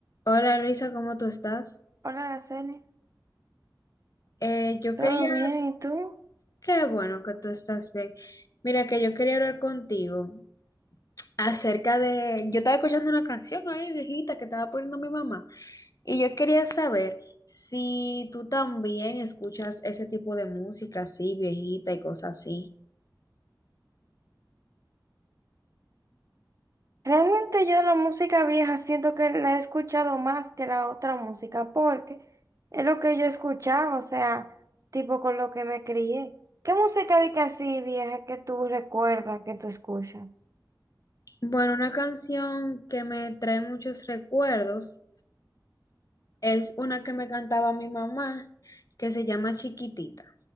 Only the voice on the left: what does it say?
Hola Luisa, ¿cómo tú estás?
Eh, yo
quería,
qué bueno que tú estás bien. Mira, que yo quería hablar contigo acerca de, yo estaba escuchando una canción ahí viejita que estaba poniendo mi mamá y yo quería saber si tú también escuchas ese tipo de música así, viejita y cosas así.
Bueno, una canción que me trae muchos recuerdos. Es una que me cantaba mi mamá, que se llama Chiquitita,